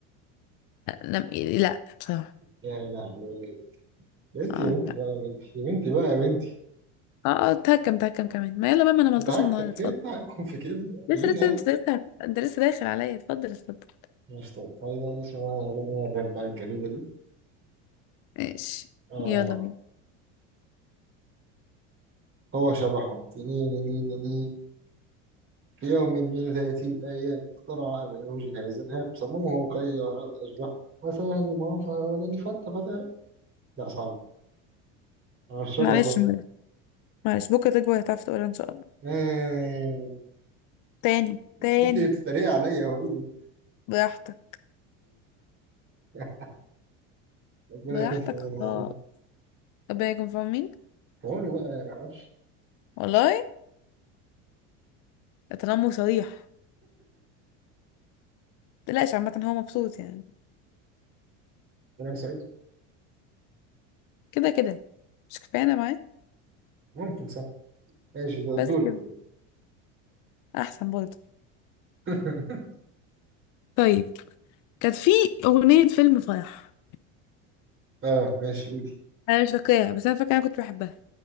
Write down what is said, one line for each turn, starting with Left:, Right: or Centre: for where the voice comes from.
Left: لا لا بصراحة
Right: يا لهوي يا بنتي
Left: اه
Right: يا بنتي بقى يا بنتي يا بنتي بقى يا بنتي
Left: اه اه اتهكم اتهكم كمان ما يلا بقى ما انا ملطش
Right: بتهكر
Left: النهارده اتفضل
Right: في تهكم في كده محتاجين
Left: لسه لسه
Right: نعدل
Left: انت لسه انت لسه داخل عليا اتفضل اتفضل
Right: مش طيب تعالي بقى نسمع بقى أغاني الراب بقى الجميلة دي
Left: ماشي
Right: آه
Left: يلا بينا
Right: هو شبحهم تنين نين نين في يوم من ذات الأيام اخترع أبنه جهازا هام سموه كيارات أشبح وسيهزمهم فهاولني فأنت فتى لا صعب على الشجر
Left: معلش
Right: برضه
Left: معلش معلش بكره تكبر هتعرف تقولها ان شاء الله
Right: آه.
Left: تاني تاني
Right: أنت اللي بتتريق عليا هو إيه ده؟
Left: براحتك
Right: <laughs> ربنا
Left: براحتك
Right: يكون في عونه
Left: خالص
Right: والله
Left: ربنا يكون في عونك
Right: في عونه بقى أنا معرفش
Left: والله تنمر صريح متقلقش عامة هو مبسوط يعني
Right: ربنا يسعدك
Left: كده كده مش كفاية انا معاه
Right: ممكن صح ماشي ده
Left: بس
Right: دورك
Left: كده
Right: دورك
Left: احسن برضه
Right: <laughs>
Left: طيب كانت في اغنية فيلم فرح
Right: اه ماشي قولي
Left: انا مش فاكراها بس انا فاكره انا كنت بحبها